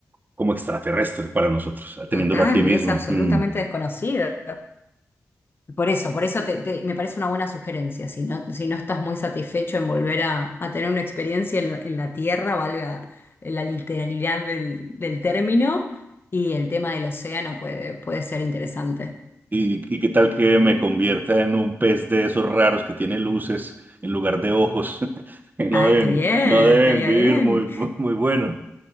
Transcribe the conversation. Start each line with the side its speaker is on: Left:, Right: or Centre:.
Right: como extraterrestre para nosotros,
Left: Total,
Right: teniéndolo aquí mismo.
Left: es absolutamente
Right: Mm.
Left: desconocido. Por eso, por eso te- te- me parece una buena sugerencia. Si no, si no estás muy satisfecho en volver a, a tener una experiencia en, la en la tierra, valga la literalidad del, del término, y el tema del océano puede, puede ser interesante.
Right: ¿Y, y qué tal que me convierta en un pez de esos raros que tiene luces en lugar de ojos? <laughs> Que No
Left: Ay,
Right: deben,
Left: qué bien,
Right: no deben
Left: estaría
Right: vivir
Left: bien,
Right: muy, muy bueno.